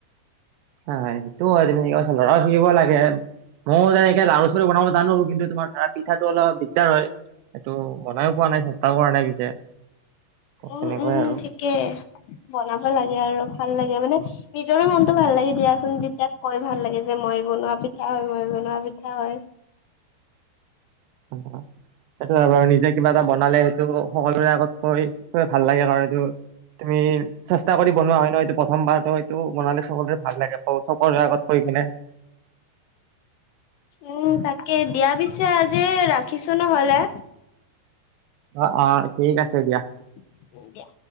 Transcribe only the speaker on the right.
হ'য়, হেতো হয় তোমি ঠিকে কৈছা, <unintelligible> অ' শিকিব লাগে। মও তেনেকে লাৰু- চাৰু বনাব জানোঁ, কিন্তু তোমাৰ ধৰা পিঠাটো অলপ দিগ্‌দাৰ হ'য়। সেইটো বনাইও পোৱা নাই, চেষ্টাও কৰা নাই পিছে।
তেনেকুৱাই আৰু
<inaudible> সেইটো হয় বাৰু, নিজে কিবা এটা বনালে সেইটো স' সকলোৰে আগত কৈ, কৈ ভাল লাগে কাৰণ এইটো তুমি চেষ্টা কৰি বনোৱা হ'য় ন', এইটো প্ৰথমবাৰটো এইটো বনালে সকলোৰে ভাল লাগে ক', সকলোৰে আগত কৈ কিনে।
অ'-অ' ঠিক আছে দিয়া।